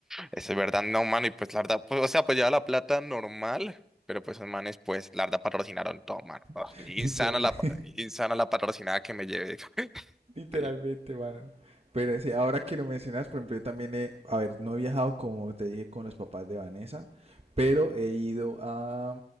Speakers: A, in the centre; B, on the right (about 35°).
A: es verdad, no, mano. Y pues la verdad, pues, o sea, pues lleva la plata normal. Pero pues esos manes, pues, la verdad patrocinaron todo, mano. Ah,
B: <laughs>
A: insana
B: literalmente.
A: la, pa- insana la patrocinada que me llevé. <laughs>
B: Literalmente,
A: Ayer.
B: mano. Pero sí, ahora que lo mencionas, por ejemplo, yo también he, a ver, no he viajado como te dije con los papás de Vanessa, pero he ido a,